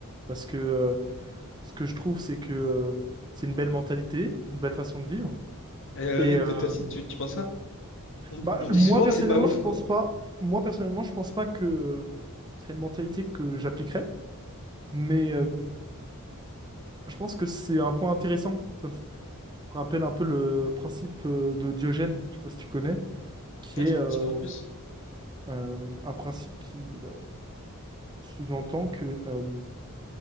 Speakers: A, on the right; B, on the left.
A: parce que euh, ce que je trouve, c'est que euh, c'est une belle mentalité, une belle façon de vivre.
B: Euh,
A: Et
B: oui,
A: euh,
B: toi, toi aussi, tu, tu penses ça? On,
A: bah,
B: on me
A: moi
B: dit souvent
A: personnellement,
B: que c'est pas ouf,
A: je
B: quoi.
A: pense pas. Moi personnellement, je pense pas que euh, ce serait une mentalité que j'appliquerais, mais euh, je pense que c'est un point intéressant. qu'on rappelle un peu le principe euh, de Diogène, je sais pas si tu connais, qui
B: Ouais,
A: est
B: effectivement,
A: euh,
B: en plus.
A: euh, un principe qui euh, sous-entend que euh,